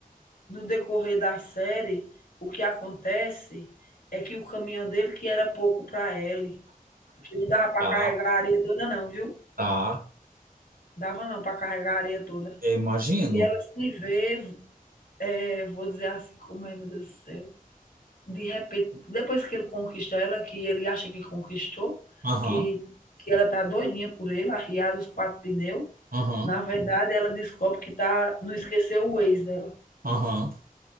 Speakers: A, on the left; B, on the right.
A: no decorrer da série, o que acontece é que o caminhão dele, que era pouco para ele, que não dava para
B: Tá,
A: carregar a areia toda não, viu?
B: tá.
A: Dava não para carregar a areia toda.
B: Eu imagino.
A: E ela se vê É, vou dizer assim, como é, meu Deus do céu. De repente, depois que ele conquista ela, que ele acha que conquistou,
B: Aham,
A: que, que ela tá doidinha por ele, arriada os quatro pneus,
B: aham,
A: na verdade ela descobre que tá, não esqueceu o ex dela.
B: aham.